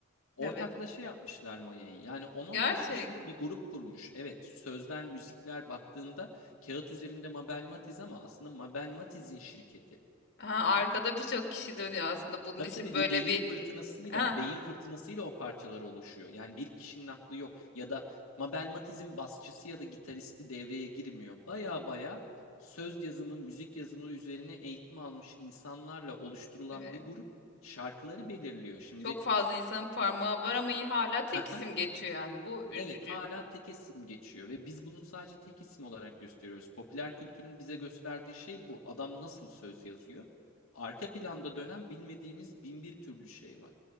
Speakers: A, on the left; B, on the left.
A: ortaklaşa
B: evet.
A: yapmışlar Maya'yı. Yani 10-15
B: Gerçek.
A: kişilik bir grup kurmuş. Evet, sözler, müzikler baktığında kağıt üzerinde Mabel Matiz ama aslında Mabel Matiz'in şirketi.
B: Ha arkada birçok kişi dönüyor aslında bunun
A: Tabii
B: için
A: tabii
B: böyle
A: bir beyin
B: bir
A: fırtınasıyla,
B: ha
A: beyin fırtınasıyla o parçalar oluşuyor. Yani bir kişinin aklı yok ya da Mabel Matiz'in basçısı ya da gitaristi devreye girmiyor. Baya baya söz yazımı, müzik yazımı üzerine eğitim almış insanlarla oluşturulan
B: evet.
A: bir grup şarkıları belirliyor. Şimdi
B: Çok fazla insanın parmağı var ama iyi hala tek
A: haha,
B: isim geçiyor yani. Bu üzücü.
A: evet hala tek isim geçiyor ve biz bunu sadece tek isim olarak gösteriyoruz. Popüler kültürün bize gösterdiği şey bu. Adam nasıl söz yazıyor? Arka planda dönen bilmediğimiz bin bir türlü şey var.